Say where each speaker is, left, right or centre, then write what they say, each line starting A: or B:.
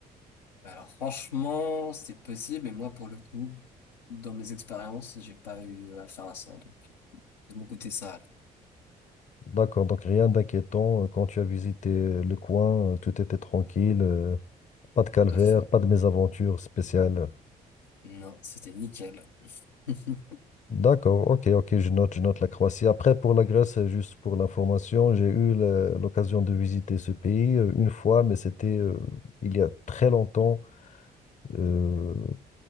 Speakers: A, on the left; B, on the left.
A: Alors franchement, c'est possible, mais moi pour le coup, dans mes expériences, j'ai pas eu affaire à ça. Donc de mon côté, ça allait.
B: D'accord, donc rien d'inquiétant. euh, Quand tu as visité euh, le coin, euh, tout était tranquille, euh, pas de calvaire,
A: Tout à fait.
B: pas de mésaventure spéciale.
A: Non, c'était nickel. <laughs>
B: D'accord, ok, ok, je note, je note la Croatie. Après, pour la Grèce, euh, juste pour l'information, j'ai eu le- l'occasion de visiter ce pays euh, une fois, mais c'était euh, il y a très longtemps. Euh,